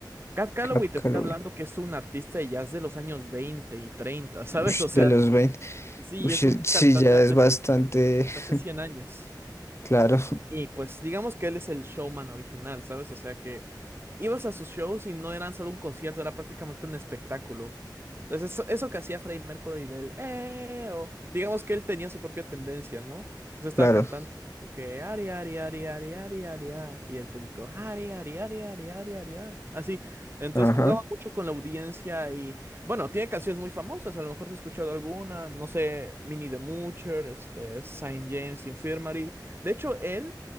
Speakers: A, on the right; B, on the left.
A: Cab Calloway
B: Cap
A: te
B: Calloway.
A: estoy hablando que es un artista de jazz de los años 20 y 30, <laughs> ¿sabes?
B: Ush,
A: O sea,
B: de los veinte
A: sí,
B: Ush,
A: es
B: es-
A: un cantante
B: sí, ya
A: hace,
B: es bastante.
A: hace
B: <laughs>
A: 100 años.
B: Claro,
A: Y pues digamos que él es el showman original, ¿sabes? O sea que ibas a sus shows y no eran solo un concierto, era prácticamente un espectáculo. Entonces eso, eso que hacía Freddie Mercury del "Eh, o digamos que él tenía su propia tendencia, ¿no? O sea, estaba
B: claro.
A: cantando como que Ari, Ari, Ari, Ari, Ari, Ari, ah", y el público Ari, Ari, Ari, Ari, Ari, Ari, ah", así. Entonces
B: Ajá.
A: jugaba mucho con la audiencia y bueno, tiene canciones muy famosas, a lo mejor has escuchado alguna, no sé, Minnie the Moocher, este, Saint James Infirmary. De hecho, él